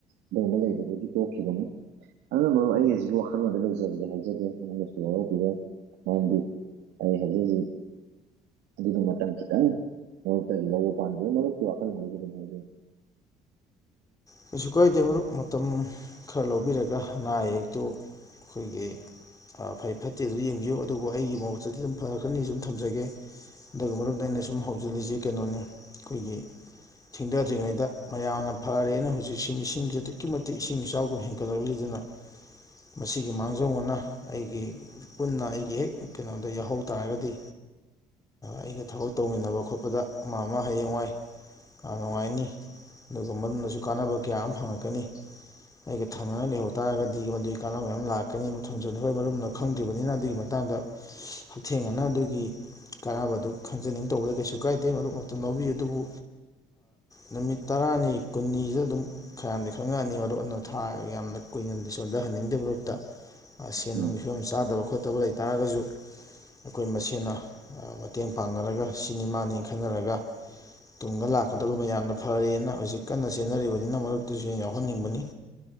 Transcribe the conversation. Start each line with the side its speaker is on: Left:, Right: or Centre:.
Right: ꯑꯗꯨꯒꯨꯝꯕ ꯂꯩꯕꯗꯨꯗꯤ ꯇꯣꯛꯈꯤꯕ ꯗꯨꯝ ꯑꯗꯨꯅ ꯃꯔ ꯑꯩ ꯍꯧꯖꯤꯛꯀꯤ ꯋꯥꯈꯜꯂꯣꯟꯗ ꯂꯩꯖꯕꯗꯤ ꯍꯥꯏꯖꯗꯦ ꯃꯉꯣꯟꯗꯁꯨ ꯋꯥꯔꯧꯕꯤꯔ ꯃꯝꯗꯤ ꯑꯩ ꯍꯧꯖꯤꯛ ꯍꯧꯖꯤꯛ ꯑꯗꯨꯗ ꯃꯇꯝ ꯈꯤꯇꯪ ꯃꯔꯨꯞꯇꯒꯤ ꯂꯧꯕ ꯄꯥꯟꯖꯦ ꯃꯔꯨꯞꯀꯤ ꯋꯥꯈꯜꯕꯁꯨ ꯑꯗꯨꯝꯖꯩ
Left: ꯀꯩꯁꯨ ꯀꯥꯏꯗꯦ ꯃꯔꯨꯞ ꯃꯇꯝ ꯈꯔ ꯂꯧꯕꯤꯔꯒ ꯑꯅꯥ ꯑꯌꯦꯛ ꯇꯣ ꯑꯩꯈꯣꯏꯒꯤ ꯐꯩ ꯐꯠꯇꯦ ꯑꯗꯨ ꯌꯦꯡꯕꯤꯌꯨ ꯑꯗꯨꯕꯨ ꯑꯩꯒꯤ ꯃꯨꯠꯇꯗꯤ ꯑꯗꯨꯝ ꯐꯔꯛꯀꯅꯤ ꯑꯗꯨꯝ ꯊꯝꯖꯒꯦ ꯑꯗꯨꯒ ꯃꯔꯅ ꯑꯩꯅ ꯁꯨꯝ ꯍꯧꯖꯤꯜꯂꯤꯁꯦ ꯀꯩꯅꯣꯅꯤ ꯑꯩꯈꯣꯏꯒꯤ ꯊꯤꯡꯊꯗ꯭ꯔꯤꯉꯩꯗ ꯃꯌꯥꯝꯅ ꯐꯔꯦꯅ ꯍꯧꯖꯤꯛꯁꯤ ꯃꯤꯁꯤꯡꯁꯦ ꯑꯗꯨꯛꯀꯤ ꯃꯇꯤꯛ ꯏꯁꯤꯡ ꯏꯆꯥꯎꯒꯨꯝ ꯍꯦꯟꯒꯠꯂꯛꯂꯤꯗꯅ ꯃꯁꯤꯒꯤ ꯃꯥꯡꯖꯧꯕꯅ ꯑꯩꯒꯤ ꯄꯨꯟꯅ ꯑꯩꯒꯤ ꯍꯦꯛ ꯀꯩꯅꯣꯗ ꯌꯥꯎꯍꯧ ꯇꯥꯔꯒꯗꯤ ꯑꯩꯒ ꯊꯕꯛ ꯇꯧꯃꯤꯟꯅꯕ ꯈꯣꯠꯄꯗ ꯑꯃ ꯑꯃ ꯍꯌꯦꯡ ꯋꯥꯏ ꯅꯨꯡꯉꯥꯏꯅꯤ ꯑꯗꯨꯒ ꯃꯔꯝꯅꯁꯨ ꯀꯥꯟꯅꯕ ꯀꯌꯥ ꯑꯃ ꯐꯪꯉꯛꯀꯅꯤ ꯑꯩꯒ ꯊꯪꯅꯉꯥꯏ ꯂꯩꯍꯧ ꯇꯥꯔꯒꯗꯤ ꯃꯗꯨꯒꯤ ꯀꯥꯟꯅꯕ ꯃ ꯑꯃ ꯂꯥꯛꯀꯅꯤ ꯊꯝꯖꯕꯅꯤ ꯍꯣꯏ ꯃꯔꯝꯅ ꯈꯪꯗ꯭ꯔꯤꯕꯅꯤꯅ ꯑꯗꯨꯒꯤ ꯃꯇꯥꯡ ꯀꯥꯟꯗ ꯍꯛꯊꯦꯡꯅꯅ ꯑꯗꯨꯒꯤ ꯀꯥꯟꯅꯕꯗ ꯈꯪꯖꯅꯤꯡ ꯇꯧꯕꯗ ꯀꯩꯁꯨ ꯀꯥꯏꯗꯦ ꯃꯗꯨ ꯃꯇꯝ ꯂꯧꯕꯤ ꯑꯗꯨꯕꯨ ꯅꯨꯃꯤꯠ ꯇꯔꯥꯅꯤ ꯀꯨꯟꯅꯤ ꯁꯤꯗ ꯑꯗꯨꯝ ꯈꯔꯗꯤ ꯈꯪꯉꯛꯑꯅꯤ ꯃꯔꯨꯞ ꯑꯗꯨ ꯊꯥ ꯌꯥꯝꯅ ꯀꯨꯏꯅ ꯁꯣꯟꯊꯍꯟꯅꯤꯡꯗꯕ ꯃꯍꯨꯨꯞꯠꯇ ꯁꯦꯟ
Right: ꯎꯝ
Left: ꯅꯨꯡꯒꯤ ꯐꯤꯕꯝ ꯆꯥꯗꯕ ꯈꯣꯠꯇꯕ ꯂꯩ ꯇꯥꯔꯒꯁꯨ ꯑꯩꯈꯣꯏ ꯃꯁꯦꯅ ꯃꯇꯦꯡ ꯄꯥꯡꯅꯔꯒ ꯁꯤꯅꯦꯃꯥꯅꯤ ꯈꯟꯅꯔꯒ ꯇꯨꯡꯗ ꯂꯥꯛꯀꯗꯕ ꯃꯌꯥꯝꯅ ꯐꯔꯦꯅ ꯍꯧꯖꯤꯛ ꯀꯟꯅ ꯆꯦꯟꯅꯔꯤꯕꯅꯤꯅ ꯃꯔꯛꯇꯨꯁꯨ ꯍ ꯌꯥꯎꯍꯟꯅꯤꯡꯕꯅꯤ